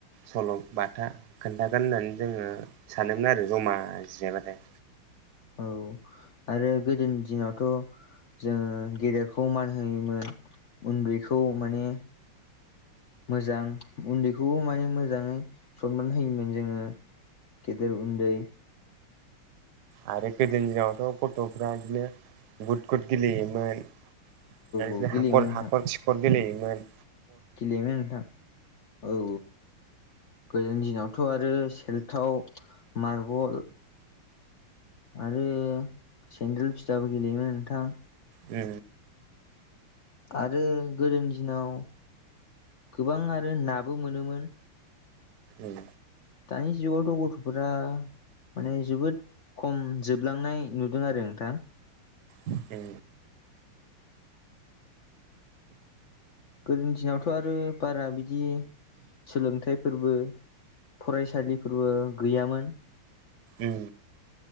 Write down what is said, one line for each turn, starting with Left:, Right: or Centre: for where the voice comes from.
Right: सल' बाथा खोन्थागोन होननानै जोङो सानोमोन आरो जमा जिरायबाथाय
Left: औ आरो गोदोनि दिनावथ' जोङो गेदेर खौ मान होयोमोन उन्दैखौ माने मोजां उन्दैखौबो माने मोजाङै सनमान होयोमोन जोङो गेदेर उन्दै
Right: आरो गोदोनि दिनावथ' गथ'फ्रा बिदिनो गुद गुद गेलेयोमोन आरोदि
Left: औ गेलेयोमोन
Right: हाखर
Left: नोंथां
Right: हाखर सिखर गेलेयोमोन।
Left: गेलेयोमोन नोंथां औ गोदोनि दिनावथ' आरो सेल्थाव मारबल आरो सेन्देल फिथाबो गेलेयोमोन नोंथां
Right: उ
Left: आरो गोदोनि दिनाव गोबां आरो नाबो मोनोमोन।
Right: उम
Left: दानि जुगावथ' गथ'फोरा माने जोबोद खम जोबलांनाय नुदों आरो नोंथां
Right: उ
Left: गोदोनि दिनावथ' आरो बारा बिदि सोलोंथाइफोरबो फरायसालिफोरबो गैयामोन।
Right: उ